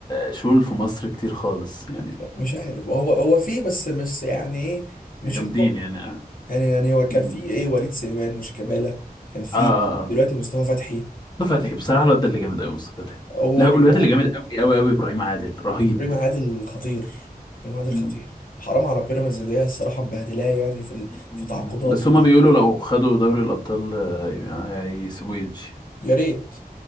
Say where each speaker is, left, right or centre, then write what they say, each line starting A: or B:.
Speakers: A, on the left; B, on the left.
A: شول في مصر كتير خالص يعني
B: مش عارف هو هو فيه بس مش يعني ايه مش
A: جامدين
B: التوب
A: يعني اه
B: يعني يعني هو كان
A: مم.
B: في ايه وليد سليمان وشيكابالا كان في
A: اه آه،
B: دلوقتي
A: آه.
B: مصطفى فتحي
A: مصطفى فتحي بصراحه الواد ده اللي جامد قوي مصطفى فتحي
B: هو
A: لا والواد
B: ج- هو
A: اللي جامد قوي قوي قوي ابراهيم عادل رهيب
B: ابراهيم عادل خطير ابراهيم عادل
A: مم.
B: خطير حرام على بيراميدز اللي هي الصراحه مبهدلاه يعني في ال...
A: مم.
B: في تعاقدات
A: بس
B: وكده
A: هما بيقولوا لو خدوا دوري الابطال آه، هي- هيسيبوه يمشي
B: يا ريت